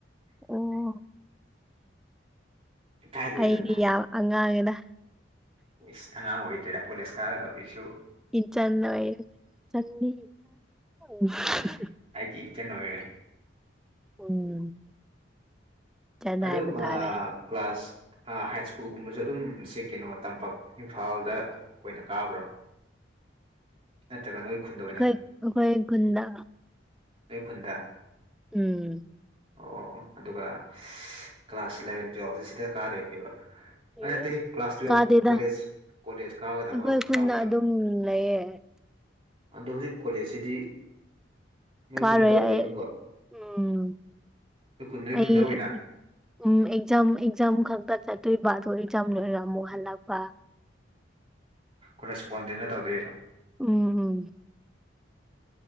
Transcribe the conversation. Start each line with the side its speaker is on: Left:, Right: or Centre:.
Centre: ꯑꯣ
Right: ꯀꯥꯏꯗꯩꯗꯅꯣ
Centre: ꯑꯩꯗꯤ ꯌꯥꯝ ꯑꯉꯥꯡꯌꯦꯗ
Right: ꯏꯁ ꯑꯉꯥꯡ ꯑꯣꯏꯗ꯭ꯔꯦꯗ ꯀꯣꯂꯦꯖ ꯀꯥꯒꯗꯧꯔꯤꯁꯨ
Centre: ꯏꯟꯇꯟ ꯂꯣꯢꯔ ꯆꯥꯅꯤ <unintelligible>
Right: ꯎꯝ ꯑꯩꯒꯤ ꯏꯆꯟ ꯑꯣꯏꯔꯦ
Centre: ꯎꯝ ꯏꯆꯟ
Right: ꯑꯗꯨꯝ
Centre: ꯍꯥꯏꯕ
Right: ꯃꯥ
Centre: ꯇꯥꯔꯦ
Right: ꯀ꯭ꯂꯥꯁ ꯑ ꯍꯥꯏꯠ ꯁ꯭ꯀꯨꯜꯒꯨꯝꯕꯁꯨ ꯑꯗꯨꯝ ꯁꯦ ꯀꯦꯅꯣ ꯇꯝꯄꯥꯛ ꯏꯝꯐꯥꯜꯗ ꯑꯣꯏꯅ ꯀꯥꯕ꯭ꯔꯣ ꯅꯠꯇ꯭ꯔꯒ ꯅꯣꯏ ꯈꯨꯟꯗ ꯑꯣꯏꯅ
Centre: ꯑꯩꯈꯣꯏ ꯑꯈꯣꯏ ꯈꯨꯟꯗ
Right: ꯑꯣꯏ ꯈꯨꯨꯟꯗ
Centre: ꯎꯝ
Right: ꯑꯣ-ꯑꯣ ꯑꯗꯨꯒ ꯀ꯭ꯂꯥꯁ ꯏꯂꯚꯦꯟ ꯇꯨꯋꯦꯜꯞꯁꯦ ꯁꯤꯗ ꯀꯥꯗꯣꯏꯅꯦꯕ
Centre: ꯎꯝ
Right: ꯑꯩ ꯅꯠꯇ ꯀ꯭ꯂꯥꯁ ꯇꯨꯋꯜꯞ
Centre: ꯀꯥꯗꯦꯗ
Right: ꯀꯣꯂꯦꯖ-ꯀꯣꯂꯦꯖ ꯀꯥꯒꯗꯕ
Centre: ꯑꯩꯈꯣꯏ ꯈꯨꯟꯗ
Right: ꯍꯧꯒꯗꯕꯅꯤ
Centre: ꯑꯗꯨꯝ ꯂꯩꯌꯦ
Right: ꯑꯗꯣ ꯍꯧꯖꯤꯛ ꯀꯣꯂꯦꯖꯁꯤꯗꯤ ꯅꯣꯏ
Centre: ꯀꯥꯔꯣꯏ
Right: ꯈꯨꯟꯗ ꯇꯧꯗꯣꯏꯔ
Centre: ꯑꯩ
Right: ꯑꯃꯨꯛꯀ
Centre: ꯎꯝ
Right: ꯅꯣꯏ ꯈꯨꯟ ꯅꯣꯏ
Centre: ꯑꯩ
Right: ꯈꯨꯟꯗ ꯑꯣꯏꯅ
Centre: ꯎꯝ ꯑꯦꯛꯖꯥꯝ ꯑꯦꯛꯖꯥꯝ ꯈꯛꯇ ꯆꯠꯇꯣꯏꯕ ꯑꯗꯣ ꯑꯦꯛꯖꯥꯝ ꯂꯣꯏꯔ ꯑꯃꯨꯛ ꯍꯜꯂꯛꯄ
Right: ꯀꯣꯔ꯭ꯁꯄꯣꯟꯗꯦꯟꯗ ꯇꯧꯗꯣꯏꯔꯣ
Centre: ꯎꯝ ꯎꯝ